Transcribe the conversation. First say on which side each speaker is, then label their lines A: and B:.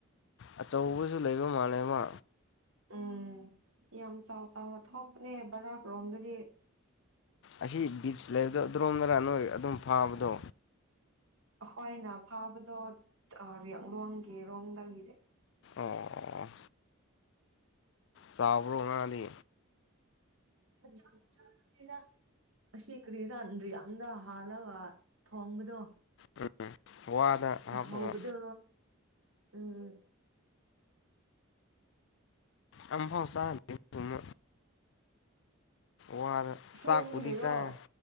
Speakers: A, on the left; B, on the right.
A: ꯑꯆꯧꯕꯁꯨ ꯂꯩꯕ ꯃꯥꯜꯂꯦꯕ
B: ꯎꯝ ꯌꯥꯝ ꯆꯥꯎ ꯆꯥꯎꯅ ꯊꯣꯛꯄꯅꯦ ꯕꯔꯥꯛꯔꯣꯝꯗꯗꯤ
A: ꯑꯁꯤ ꯕꯤꯆ ꯂꯩꯕ ꯑꯗ꯭ꯔꯣꯝꯗꯔ ꯅꯣꯏ ꯑꯗꯨꯝ ꯐꯥꯕꯗꯣ
B: ꯑꯩꯈꯣꯏꯅ ꯐꯥꯕꯗꯣ ꯑ ꯌꯥꯡꯂꯣꯡꯒꯤ ꯔꯣꯝꯗꯒꯤꯅꯦ
A: ꯑꯣ ꯆꯥꯕꯔꯣ ꯉꯥꯗꯤ
B: ꯃꯆꯥ ꯃꯆꯥ <unintelligible> ꯑꯁꯤ ꯀꯔꯤꯔꯥ ꯌꯥꯝꯅ ꯍꯥꯜꯂꯒ ꯊꯣꯡꯕꯗꯣ
A: ꯎꯝ ꯋꯥꯗ ꯍꯥꯞꯄꯒ
B: ꯍꯧꯕꯗꯣ ꯎꯝ
A: ꯑꯝꯐꯥꯎ ꯆꯥꯗ꯭ꯔꯤ ꯑꯗꯨꯒꯨꯝꯕ ꯋꯥꯗ
B: ꯑꯁꯦꯡꯕꯒꯤꯔꯣ
A: ꯆꯥꯛꯄꯨꯗꯤ ꯆꯥꯔꯦ